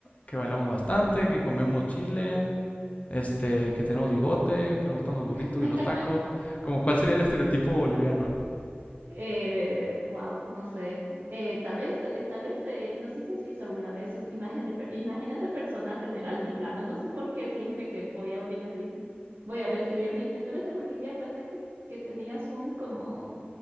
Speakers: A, on the left; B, on the right.
A: que bailamos bastante, que comemos chile, este, que tenemos bigote, que nos gustan los burritos
B: <laughs>
A: y los tacos. Como cuál sería el estereotipo boliviano.
B: Eh, wow, no sé. Eh, tal vez, eh, tal vez, eh, no sé si has visto alguna vez esas imágenes de, per- imágenes de personas en el altiplano. No sé por qué siempre que voy a Bolivia me dicen, voy al exterior me dicen, tú eres de Bolivia, pensé que, que tenías un como,